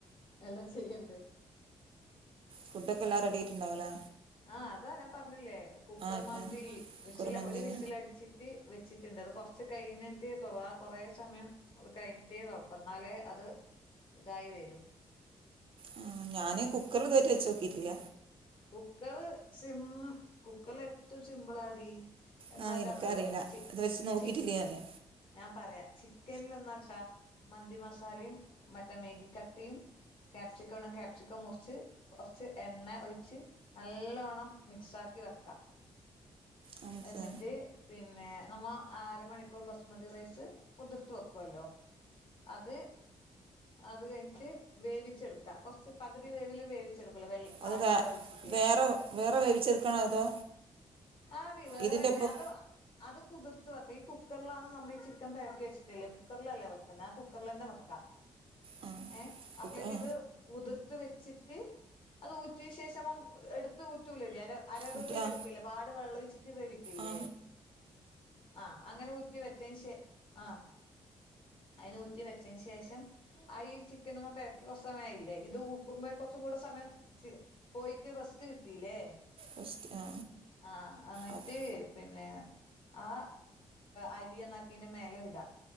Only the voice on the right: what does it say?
ഫുഡ്ഡാെക്കെല്ലാം റെഡ്യായിട്ട്ണ്ടാവുലെ
അതെ
കുറുമന്തിയാ
ആ ഞാന് കുക്കറിൽ ഇതോടറ്റ് വെചോക്കിട്ടില്ല.
ആ എനിക്കറിയില്ല
ഇത് വെച്ച് നോക്കിയിട്ടില്ല
ഞാന്
നമുക്ക്
അത് വേ
വേറെ വേറെ വേവിച്ചെടുക്കണോ അതോ
ഇതിൻ്റെ ഒപ്പം
ആ
കുക്ക്
ആ
മറ്റേ- ആ
ആ
റസ്റ്റ് ആ
അപ്